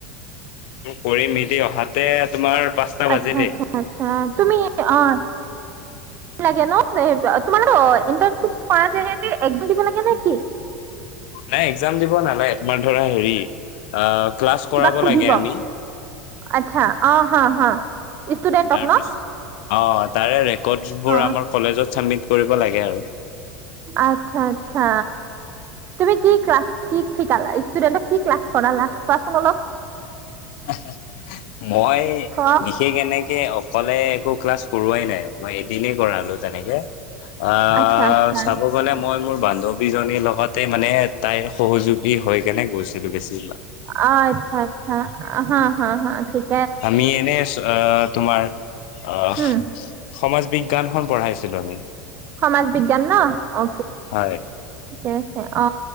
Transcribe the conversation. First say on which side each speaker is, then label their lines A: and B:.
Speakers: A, on the left (about 55°); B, on the right (about 35°).
A: কৰি মেলি অহাতে তোমাৰ পাঁচটা
B: আচ্ছা
A: বাজিলেই
B: আচ্ছা আচ্ছা তুমি অ' লাগে ন' তোমালোকৰ ইনটাৰ্শিপ কৰাঁতে হে এক্সাম দিব লাগে নে কি?
A: নাই এক্জাম দিব নালাগে তোমাৰ ধৰা হেৰি অহ, ক্লাছ
B: কিবা
A: কৰাব
B: সুধিব।
A: লাগে আমি।
B: আচ্ছা অ', হা, হা। ষ্টুডেণ্টক
A: তাৰপিছ
B: ন'?
A: অ' তাৰে ৰে ক'ৰ্ডছবোৰ
B: অ।
A: আমাৰ কলেজত চাবমিট কৰিব লাগে আৰু।
B: আচছা, আচ্ছা তুমি কি ক্লাছ কি শিকালা? ষ্টুডেট কি ক্লাছ কৰালা? কোৱাচোন অলপ।
A: <inaudible> মই
B: অ'
A: বিশেষ এনেকে অকলে একো ক্লাছ কৰোৱাই নাই মই দিনেই কৰালোঁ তেনেকে অহ,
B: আচ্ছা আচ্ছা
A: চাব গ'লে মই মোৰ বান্ধৱীজনীৰ লগতে মানে তাইৰ সহযোগী হৈ কেনে গৈছো। সেইটো বেছি
B: আ, আচ্ছা, আচ্ছা। হা, হা, হা ঠিক
A: আমি এনে অ তোমাৰ। অ
B: উম
A: সমাজ বি খন পঢ়াইছিলো আমি।
B: সমাজ বিজ্ঞান ন অ
A: হয়।
B: ঠিকে আছে অ